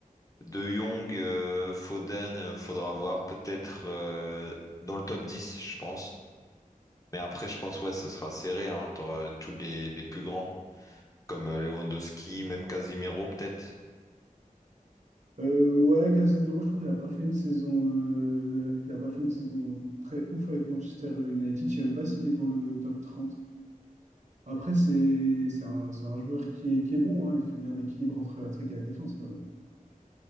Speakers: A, on the left; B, on the right.
A: De Jong, euh, Foden, euh, faudra voir peut-être euh, dans le top 10 je pense. Mais après, je pense ouais, ce sera serré, hein. T'auras tous les, les plus grands, comme euh, Lewandowski, même Casemiro peut-être.
B: Euh, ouais, Casemiro, je trouve qu'il a pas fait une saison, euh, il a pas fait une saison très ouf avec Manchester United. Je sais même pas s'il est dans le top trente Après, c'est c'est un, c'est un joueur qui est, qui est bon. hein. Il fait bien l'équilibre entre l'attaque et la défense. mais bon.